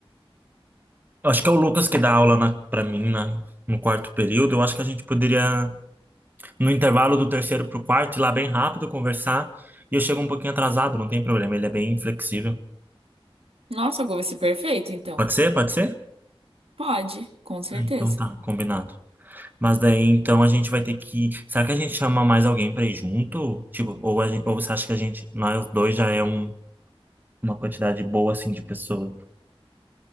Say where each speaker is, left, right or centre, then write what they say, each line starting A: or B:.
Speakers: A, on the right; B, on the right.
A: acho que é o Lucas que dá aula na... para mim na... no quarto período. Eu acho que a gente poderia, no intervalo do terceiro pro quarto, ir lá bem rápido, conversar. E eu chego um pouquinho atrasado, não tem problema. Ele é bem flexível.
B: Nossa, Gu, vai ser perfeito, então.
A: Pode ser? Pode ser?
B: Pode, com certeza.
A: Ah, Então tá, combinado. Mas daí então a gente vai ter que. Será que a gente chama mais alguém pra ir junto? Tipo, ou, a gen- ou você acha que a gente, nós dois já é um- uma quantidade boa assim de pessoa?